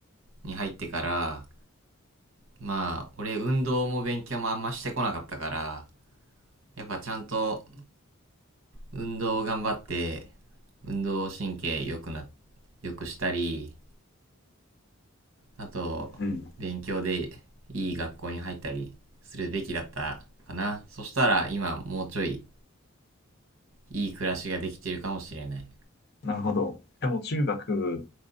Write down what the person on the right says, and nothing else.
に入ってから、まあ、俺運動も勉強もあんましてこなかったから、やっぱちゃんと運動を頑張って、運動神経良くな、良くしたり、あと、
勉強でいい学校に入ったりするべきだったかな。そしたら今もうちょいいい暮らしができてるかもしれない。